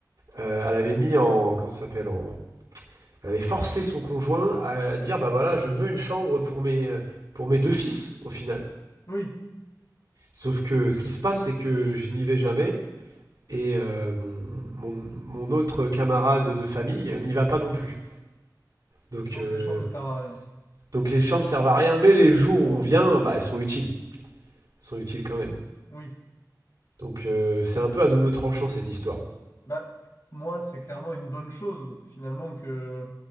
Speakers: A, on the right; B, on the left.
A: euh, elle avait mis en... Comment ça s'appelle en... Elle avait forcé son conjoint à, à dire, bah voilà, je veux une chambre pour mes, euh, pour mes deux fils au final.
B: Oui,
A: Sauf que ce qui se passe, c'est que je n'y vais jamais et euh, mon, mon, mon autre camarade de famille n'y va pas non plus. Donc,
B: donc
A: euh,
B: les chambres ne servent à rien.
A: donc les chambres servent à rien, mais les jours où on vient, bah, elles sont utiles. Elles sont utiles quand même.
B: Oui,
A: Donc euh, c'est un peu à double tranchant cette histoire.
B: bah moi c'est clairement une bonne chose finalement que,